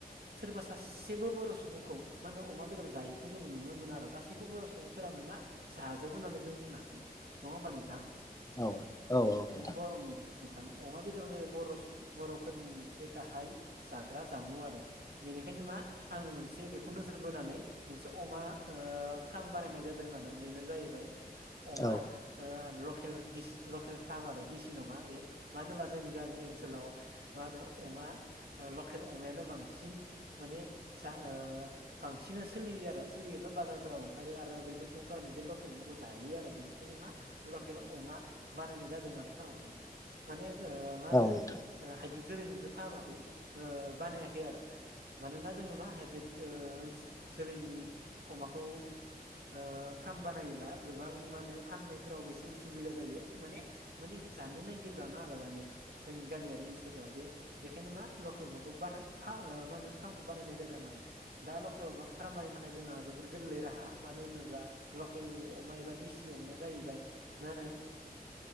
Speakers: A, on the right; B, on the left.
A: सोरबा सासेबो बर' सुबुंखौ मा होनो अमा बेदर जायैखौ जोङो नुनो मोनो आरो गासैबो बर' सुबुंफोरानो मा जाजोबो होननानै जों बुंनो- नङा ओमबा नोंथां?
B: औ औ औ नोंथां।
A: बरं नोंथां अमा बेदरजो बर' सुबुं बर'फोरनि मोनसे गाहाय जाग्रा जामु आरो बे- बेखायनो मा आङो मोनसे बे- खौ नोजोर बोनानै मोनसे अमा ओ फार्म बानायनाय जादों आरो बेनो जाहैबाय अमा
B: औ
A: ओ ल केल बिस लखेल फार्मार दिसि नङा बे मानो होनबा जोंनि गामि ओनसोलाव मा होनो अ बा ओ लकेल अमायानो बांसिन माने सा ओ बांसिना सोलियो आरो सोलियोबा बाजारफोराव ओंखारो आरो बैफोर सुंफोरानो बे लकेल माखौ जायो आरो बेनि जेनेबा लकेल अमा बानायनाय जादों आरो फार्मखौ माने ओ मा होनो
B: औ नोंथां
A: ओ हाइब्रिद जोलैनिबो फाहामाखै ओ बानायाखै आरो मानोना जोङो मा हाइब्रिद ओ जोलैनि अमाखौ ओ फार्म बानायोब्ला गोबां मा होनो फाननायफोरावबो एसे उसुबिदा जायो माने मानि जानो नागिरब्राङा आरो दानिया जोंनि गामियारि ओनसोलफोरा बेखायनो मा लकेल माखौ बानो फ मा माहोन फार्मखौ बानायनाय जादों आरो। दा लकेल अमा फारमबनायनि थाखाय जोंहा जोबोर गोरलै राहा मानो होनोब्ला लकेल अमा एबा दिसि अम माया जाहैबाय मा होनो